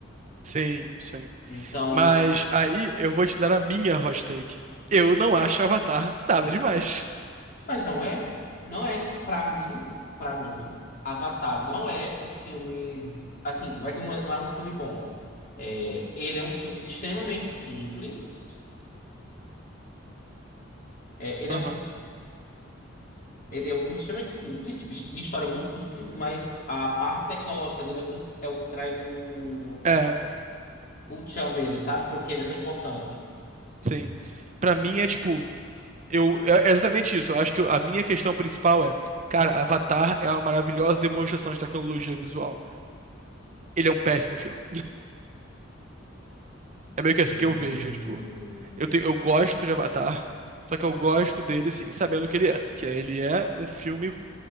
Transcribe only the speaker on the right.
Sim, sim.
Mas aí eu vou te dar a minha hot take. Eu não acho Avatar nada demais.
Aham.
É,
sim. Pra mim é tipo, eu, é exatamente isso. Eu acho que a minha questão principal é, cara, Avatar é uma maravilhosa demonstração de tecnologia visual. Ele é um péssimo filme. É meio que assim
que eu vejo, tipo. Eu, tenho, eu gosto de Avatar, só que eu gosto dele, assim, sabendo o que ele é. Que é, ele é um filme